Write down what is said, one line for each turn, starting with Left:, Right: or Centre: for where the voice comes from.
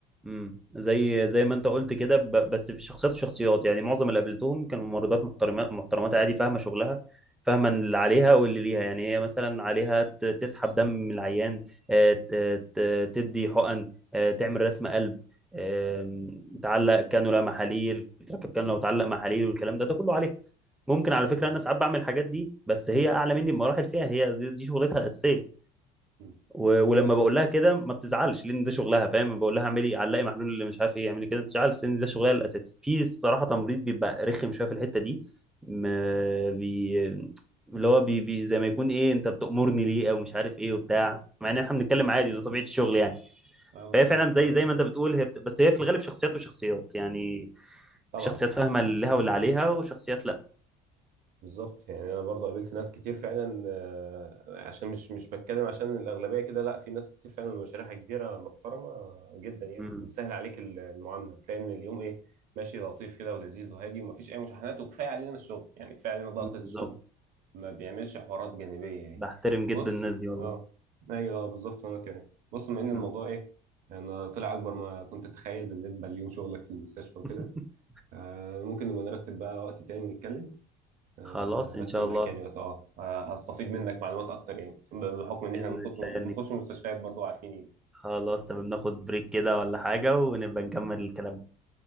Centre: امم زي زي ما انت قلت كده ب- بس في شخصيات وشخصيات يعني معظم اللي قابلتهم كانوا ممرضات محترمات محترمات عادي فاهمه شغلها فاهمه اللي عليها واللي ليها يعني هي مثلا عليها ت- تسحب دم من العيان آه، ت- ت- تدي حقن آه، تعمل رسم قلب آم، تعلق كانولا محاليل تركب كانولا وتعلق محاليل والكلام ده ده كله عليها ممكن على فكره
Right: أه
Centre: انا ساعات بعمل الحاجات دي بس هي اعلى مني بمراحل فيها هي دي دي شغلتها الاساسيه
Right: مم.
Centre: و... ولما
Right: أيوه
Centre: بقول لها كده ما بتزعلش لان ده شغلها فاهم بقول لها اعملي علقي محلول اللي مش عارف ايه اعملي كده ما بتزعلش لان ده شغلها الاساسي في الصراحه تمريض بيبقى رخم شويه في الحته دي ما بي... اللي هو بي... بي... زي ما يكون ايه انت بتأمرني ليه او مش عارف ايه وبتاع مع ان احنا بنتكلم عادي ده طبيعه الشغل يعني
Right: أه بالظبط
Centre: فهي فعلا زي
Right: أنا
Centre: زي ما انت بتقول هي بت... بس هي
Right: مم.
Centre: في الغالب شخصيات وشخصيات يعني
Right: طبعا
Centre: في شخصيات فاهمه اللي لها واللي عليها وشخصيات لا
Right: بالظبط يعني انا برضو قابلت ناس كتير فعلا آه، عشان مش مش بتكلم عشان الاغلبيه كده لا في ناس كتير فعلا مشاريعها كبيره محترمه جدا يعني
Centre: امم
Right: وبتسهل عليك ال- المعامله تلاقي ان اليوم ايه ماشي لطيف كده ولذيذ وهادي ومفيش اي مشاحنات وكفايه علينا الشغل يعني كفايه علينا ضغطه
Centre: بالظبط
Right: الشغل ما بيعملش حوارات جانبيه يعني
Centre: بحترم جدا
Right: بص
Centre: الناس دي والله
Right: اه ايوه آه، بالظبط وانا كمان بص بما ان الموضوع
Centre: مم.
Right: ايه انا طلع اكبر ما كنت اتخيل بالنسبه ليوم شغلك في المستشفى وكده
Centre: <laughs>
Right: آه، ممكن نبقى نرتب بقى وقت تاني نتكلم آه،
Centre: خلاص
Right: رتب
Centre: ان شاء
Right: مكاني
Centre: الله
Right: وقت- اه آه، استفيد منك معلومات اكتر يعني بحكم ان احنا
Centre: باذن
Right: بنخش
Centre: الله
Right: بنخش مستشفيات برضو عارفين يعني
Centre: خلاص تمام ناخد بريك كده ولا حاجة ونبقى نكمل الكلام